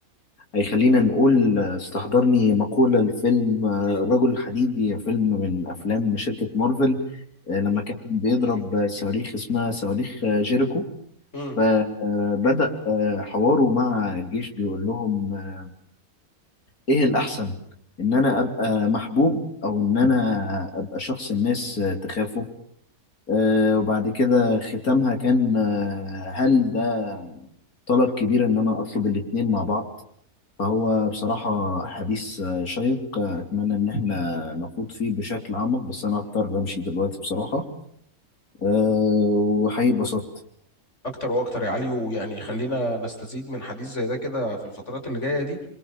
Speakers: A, on the left; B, on the left.
A: هيخلينا نقول آه، استحضرني مقولة الفيلم آه، الرجل الحديدي فيلم من أفلام شركة مارفل آه، لما كان بيضرب آه، صواريخ اسمها صواريخ آه، جيريكو
B: امم
A: فبدأ حواره مع الجيش بيقول لهم آه، إيه الأحسن إن أنا أبقى محبوب أو إن أنا أبقى شخص الناس آه، تخافه آه، وبعد كده ختامها كان آه، هل ده طلب كبير إن أنا أطلب الاتنين مع بعض فهو بصراحة حديث آه، شيق آه، أتمنى إن إحنا نخوض فيه بشكل أعمق بس أنا هضطر أمشي دلوقتي بصراحة أه وحقيقي اتبسطت
B: اكتر واكتر يا علي ويعني خلينا نستزيد من حديث زي ده كده في الفترات اللي جاية دي